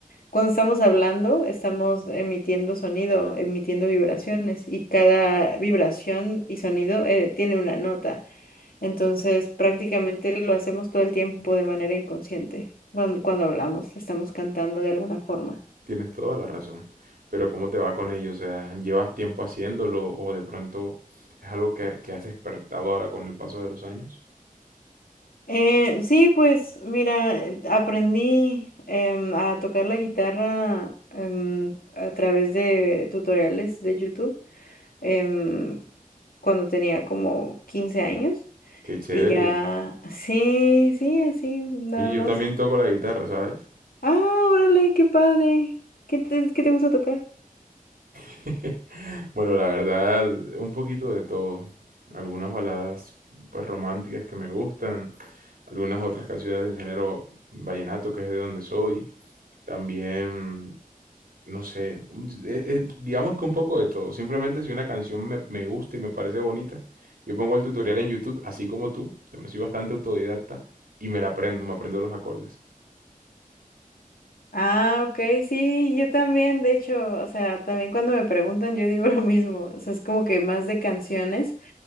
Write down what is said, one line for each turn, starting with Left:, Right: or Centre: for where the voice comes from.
Left: cuando estamos hablando, estamos emitiendo sonido, emitiendo vibraciones, y cada vibración y sonido, eh, tiene una nota. Entonces, prácticamente lo hacemos todo el tiempo de manera inconsciente. Cuando, cuando hablamos, estamos cantando de alguna forma.
Right: Tienes toda la razón. Pero ¿cómo te va con ello? O sea, ¿llevas tiempo haciéndolo o de pronto es algo que, que has despertado ahora con el paso de los años?
Left: Eh, sí, pues mira, eh, aprendí em, a tocar la guitarra em, a través de tutoriales de YouTube em, cuando tenía como 15 años
Right: Qué chévere.
Left: y ya, <laughs> sí, sí, así, nada
Right: Oye,
Left: más.
Right: yo también toco la guitarra, ¿sabes?
Left: Ah, órale, qué padre. ¿Qué te, qué te gusta tocar?
Right: <laughs> Bueno, la verdad, un poquito de todo. Algunas baladas pues románticas que me gustan, algunas otras canciones del género vallenato, que es de donde soy. También, no sé, un- eh, eh, digamos que un poco de todo. Simplemente si una canción me, me gusta y me parece bonita, yo pongo el tutorial en YouTube, así como tú, también soy bastante autodidacta y me la aprendo, me aprendo los acordes.
Left: Ah, ok, sí, yo también, de hecho, o sea, también cuando me preguntan yo digo <laughs> lo mismo, o sea, es como que más de canciones.